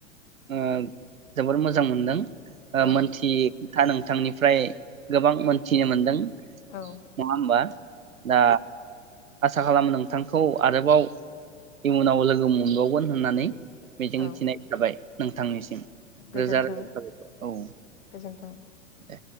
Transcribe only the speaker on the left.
औ
औ
औ
गोजोन्थों
गोजोन्थों